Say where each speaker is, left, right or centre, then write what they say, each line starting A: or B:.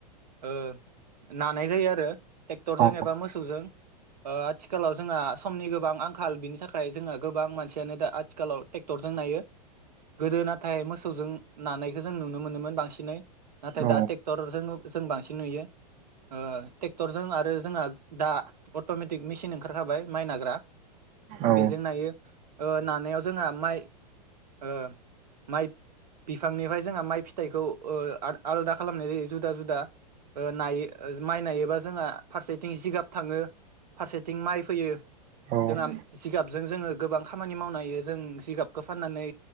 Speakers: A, on the right (about 75°); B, on the right (about 35°).
A: ओ नानाय जायो आरो ट्रेक्टरजों
B: औ
A: एबा मोसौजों ओ आथिखालाव जोंहा समनि गोबां आंखाल बिनि थाखाय जोंङो गोबां मानसियानो दा आथिखालाव ट्रेक्टरजों नायो गोदो नाथाय मोसौजों नानायखौ जों नुनो मोनोमोन बांसिनै नाथाय
B: औ
A: दा ट्रेक्टरजों जों बांसिन नुयो ओ ट्रेक्टर जों आरो जोंहा दा अट'मेटिक मेसिन ओंखारखाबाय माइ नाग्रा
B: औ
A: बेजों नायो ओ नानायाव जोंहा माइ ओ माइ बिफांनिफ्राय जोंहा माइ फिथाइखौ ओ आद आलदा खालामनाय जायो जुदा जुदा ओ नायो माइ नायोबा जोंहा फारसेथिं जिगाब थाङो फारसेथिं माइ फैयो
B: औ
A: जोंहा जिगाबजों जोङो गोबां खामानि मावनो हायो जों जिगाबखौ फाननानै